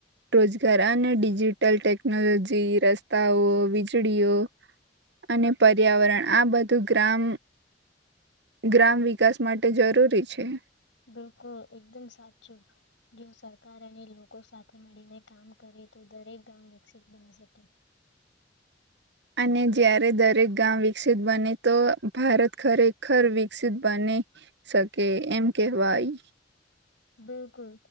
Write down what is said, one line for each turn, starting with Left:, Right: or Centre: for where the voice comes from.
Right: રોજગાર અને ડિજિટલ ટેકનોલોજી, રસ્તાઓ, વીજળીઓ અને પર્યાવરણ આ બધું ગ્રામ ગ્રામ વિકાસ માટે જરૂરી છે.
Left: બિલકુલ એકદમ સાચું જો સરકાર અને લોકો સાથે મળીને કામ કરે તો દરેક ગામ વિકસિત બની શકે.
Right: અને જયારે દરેક ગામ વિકસિત બને તો ભારત ખરેખર વિકસિત બની શકે, એમ કેહેવાય.
Left: બિલકુલ